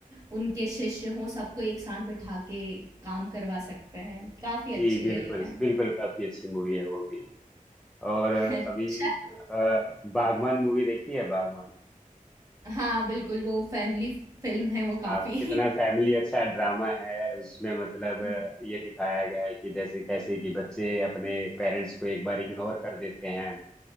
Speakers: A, on the right (about 25°); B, in the centre.
A: उनके शिष्य हो सबको एक साथ बैठा के काम करवा सकते हैं काफ़ी
B: जी
A: अच्छी
B: बिल्कुल
A: रही है
B: बिल्कुल काफी अच्छी मूवी है वो भी और
A: <laughs> अच्छा
B: अभी अ, बागवान मूवी देखी है बागवान
A: हाँ बिल्कुल वो फैमिली फिल्म है वो
B: आ,
A: काफ़ी
B: कितना फैमिली अच्छा ड्रामा है उसमें मतलब
A: <laughs>
B: अ, ये दिखाया गया है कि जैसे कैसे कि बच्चे अपने पेरेंट्स को एक बार इग्नोर कर देते हैं